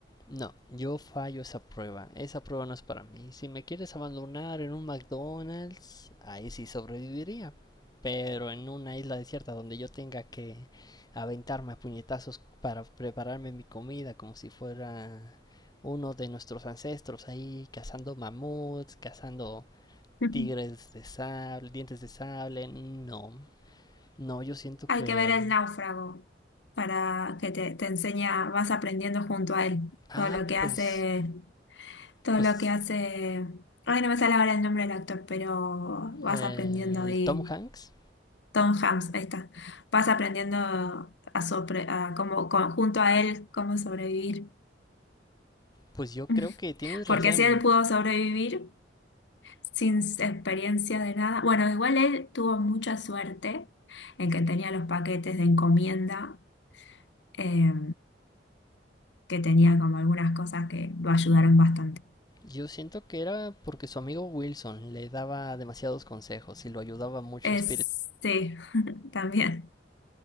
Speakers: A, on the left; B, on the left.
A: No, yo fallo esa prueba. Esa prueba no es para mí. Si me quieres abandonar en un McDonald's, ahí sí sobreviviría. Pero en una isla desierta donde yo tenga que aventarme a puñetazos para prepararme mi comida como si fuera uno de nuestros ancestros ahí cazando mamuts, cazando
B: Ujú.
A: Tigres de Sable, Dientes de Sable, no. No, yo siento
B: Hay
A: que...
B: que ver el náufrago para que te, te enseña, vas aprendiendo junto a él
A: Ah,
B: todo lo que hace,
A: pues...
B: todo
A: Pues
B: lo que hace, ay, no me sale ahora el nombre del actor, pero vas
A: eh,
B: aprendiendo
A: el
B: ahí
A: Tom Hanks,
B: Tom Hanks, ahí está. Vas aprendiendo a, sobre, a cómo, con- junto a él cómo sobrevivir.
A: pues yo
B: <laughs>
A: creo que tienes razón.
B: Porque si él pudo sobrevivir sin experiencia de nada, bueno, igual él tuvo mucha suerte en que tenía los paquetes de encomienda, eh, que tenía como algunas cosas que lo ayudaron bastante.
A: Yo siento que era porque su amigo Wilson le daba demasiados consejos y lo ayudaba mucho,
B: Es,
A: Spirit.
B: sí, <laughs> también.